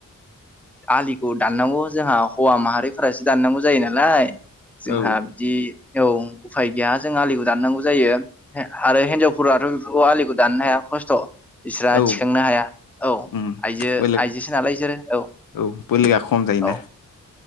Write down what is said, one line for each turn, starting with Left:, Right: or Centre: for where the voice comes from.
Centre: आलिखौ दाननांगौ जोंहा हौवा माहारिफोरासो दाननांगौ जायो नालाय जोंहा
Left: औ
Centre: बिदि औ उफाय गैया जों आलिखौ दाननांगौ जायो। आरो हिनजावफोराथ' बे आलिखौ दाननो हाया खस्थ'। बिस्राहा
Left: औ
Centre: थिखांनो हाया औ
Left: उम
Centre: आइजो
Left: बोलो
Centre: आइजोसो नालाय बिसोरो औ।
Left: औ बोलोआ खम जायोना।
Centre: औ